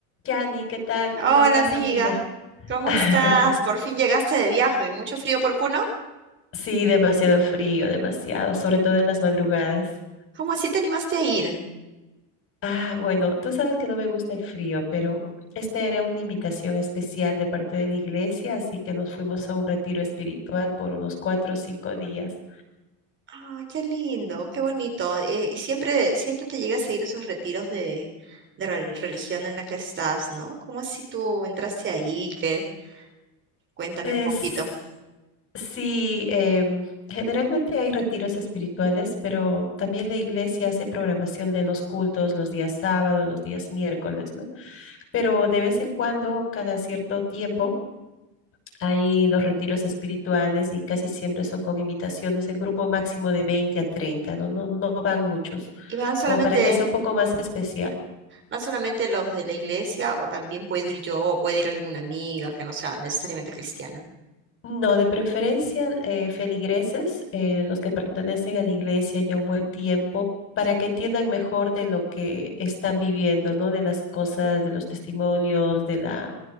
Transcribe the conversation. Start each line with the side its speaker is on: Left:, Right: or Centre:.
Left: Yani, ¿qué tal? ¿Cómo
Right: Hola
Left: estás,
Right: amiga,
Left: amiga?
Right: ¿cómo
Left: <laughs>
Right: estás? Por fin llegaste de viaje, mucho frío por Puno.
Left: Sí, demasiado frío, demasiado, sobre todo en las madrugadas.
Right: ¿Cómo así te animaste a ir?
Left: Ah, bueno, tú sabes que no me gusta el frío, pero esta era una invitación especial de parte de la iglesia, así que nos fuimos a un retiro espiritual por unos cuatro o cinco días.
Right: Ah, qué lindo, qué bonito. Eh, y siempre, siempre te llegas a ir a esos retiros de, de rel- religión en la que estás, ¿no? ¿Cómo así tú entraste ahí? ¿Qué? Cuéntame
Left: Es-
Right: un poquito.
Left: Sí, em, generalmente hay retiros espirituales, pero también la iglesia hace programación de los cultos los días sábados, los días miércoles, ¿no? Pero de vez en cuando, cada cierto tiempo, hay los retiros espirituales y casi siempre son con invitaciones en grupo máximo de 20 a 30, ¿no? No, no van muchos,
Right: ¿Y van solamente,
Left: como para que sea un poco más especial.
Right: van solamente los de la iglesia o también puedo ir yo o puede ir alguna amiga que no sea necesariamente cristiana?
Left: No, de preferencia eh, feligreses, eh, los que pertenecen a la iglesia ya un buen tiempo, para que entiendan mejor de lo que están viviendo, ¿no? De las cosas, de los testimonios, de la,